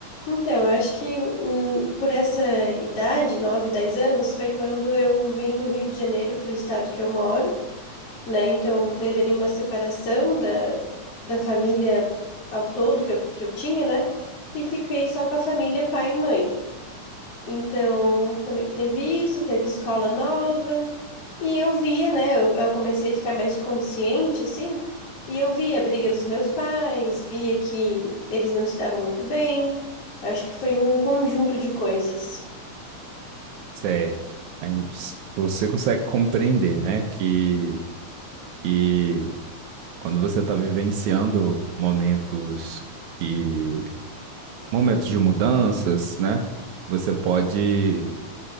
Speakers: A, on the left; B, on the right.
A: Então, eu acho que hum, por essa idade, 9 10 anos, foi quando eu vim do Rio de Janeiro para o estado que eu moro, né? Então, teve ali uma separação da, da família ao todo que eu, que eu tinha, né? E fiquei só com a família pai e mãe. Então, também teve isso, teve escola nova. E eu via, né? Eu, eu comecei a ficar mais consciente, assim. E eu via a briga dos meus pais, via que eles não se davam muito bem. Acho que foi um conjunto de coisas.
B: Certo. Aí s- você consegue compreender, né, que, que quando você está vivenciando momentos e momentos de mudanças, né, você pode